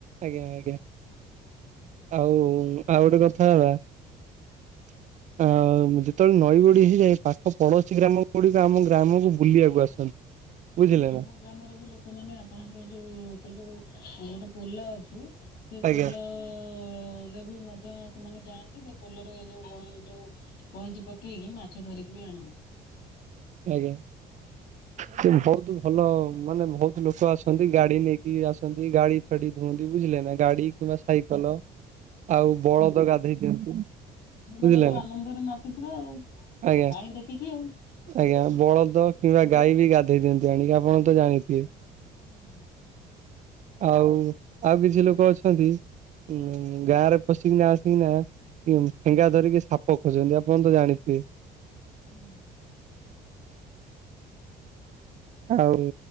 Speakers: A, on the right; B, on the left.
A: ଆଜ୍ଞା ଆଜ୍ଞା ଆଉ ଆଉ ଗୋଟେ କଥା ହେଲା <inaudible> ଆ ଯେତେବେଳେ ନଈ ବଡି ହେଇଯାଏ ପାଖ ପଡୋଶୀ ଗ୍ରାମ ଗୁଡିକ ଆମ ଗ୍ରାମକୁ ବୁଲିବାକୁ ଆସନ୍ତି। ବୁଝିଲେ
B: ନାଇଁ ଆମ
A: ନା
B: ଗ୍ରାମର ବି ଲୋକମାନେ ଆପଣଙ୍କ ଯୋଉ ସେ ଯୋଉ ଗୋଟେ ପୋଲ ଅଛି ସେ
A: ଆଜ୍ଞା
B: ପୋଲରେ ବି ମଧ୍ୟ ସେମାନେ ଯାଆନ୍ତି ସେ ପୋଲରେ ଯୋଉ ବଇଁ ଯୋଉ ବଇଁଚି ପକେଇକି ମାଛ ଧରିକି ବି ଆଣନ୍ତି।
A: ଆଜ୍ଞା। ସେ ବହୁତ ଭଲ ମାନେ ବହୁତ ଲୋକ ଆସନ୍ତି ଗାଡି ନେଇକି ଆସନ୍ତି ଗାଡି ଫାଡି ଧୁଅନ୍ତି ବୁଝିଲେ ନା। ଗାଡି କିମ୍ବା ସାଇକଲ ଆଉ ବଳଦ ଗାଧେଇ ଦିଅନ୍ତି।
B: କୃଷକ
A: ବୁଝିଲେ
B: ମନେ ତ
A: ନା
B: ଆନନ୍ଦରେ ନାଚୁଥିଲା ଆଉ
A: ଆଜ୍ଞା
B: ପାଣି ଦେଖିକି ଆଉ।
A: ଆଜ୍ଞା ବଳଦ କିମ୍ବା ଗାଈ ବି ଗାଧେଇ ଦିଅନ୍ତି ଆଣିକି ଆପଣ ତ ଜାଣିଥିବେ।
B: ହୁଁ।
A: ଆଉ, ଆଉ କିଛି ଲୋକ ଅଛନ୍ତି ଉମ୍ ଗାଁରେ ପଶିକିନା ଆସିକିନା ଠେଙ୍ଗା ଧରିକି ସାପ ଖୋଜନ୍ତି, ଆପଣ ତ ଜାଣିଥିବେ।
B: ହୁଁ।
A: ଆଉ,